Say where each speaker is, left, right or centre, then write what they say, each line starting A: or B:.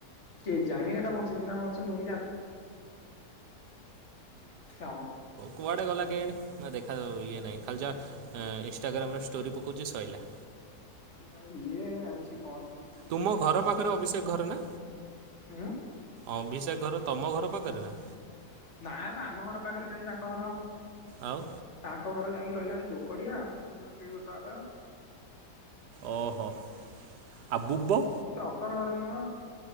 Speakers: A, on the left; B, on the right.
A: କିଏ ଜାଣି ଏଇଟା ବଞ୍ଚିଛି ନା ବଞ୍ଚି ମୁଁ ବି ଜାଣିନି ହ
B: କୁଆଡେ ଗଲା କେଆଣି ନା ଦେଖାାଉ ଇଏ ନାହିଁ ଖାଲି ଯା ଇନଷ୍ଟଟାଗ୍ରାମରେ ଷ୍ଟୋରି ପକଉଛି ସରିଲା
A: ମାନସିକ
B: ତୁମ ଘର ପାଖରେ ଅଭିଷେକ ଘର ନା
A: ଉଁ
B: ଅଭିଷେକ ଘର ତମ ଘର ପାଖରେ ନା
A: ନା ବା ଆମ ଘର ପାଖରେ କାହିଁ ତାଙ୍କ ଘର ହବ
B: ଆଉ
A: ତାଙ୍କ ଯାଇକି ରହିଲାଣି ଝୋକଡିଆ ଆମ ଘ ସେ ଗୋଟା
B: ଓହୋ ଆଉ ବୁବ
A: ତା ଅପାର ଘର ନୁ